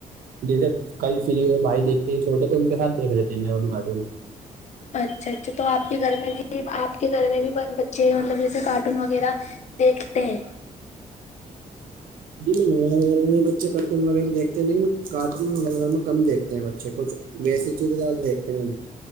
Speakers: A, on the right; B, on the left.
A: جیسے کئی فریوں بھائی دیکھتے ہیں چھوٹے تو ان کے ساتھ دیکھ لیتے ہیں مم کارٹون
B: اچھا اچھا تو آپ کے گھر میں بھی آپ کے گھر میں بھی بچے مطلب جیسے کارٹون وغیرہ دیکھتے ہیں
A: جی نہیں بچے کارٹون وغیر دیکھتے ہیں لیکن کارٹون میں ہمیرے گھر میں کم دیکھتے ہیں بچے کچھ <inaudible> وسی چیززار دیکتے ہیںا ہم <inaudible>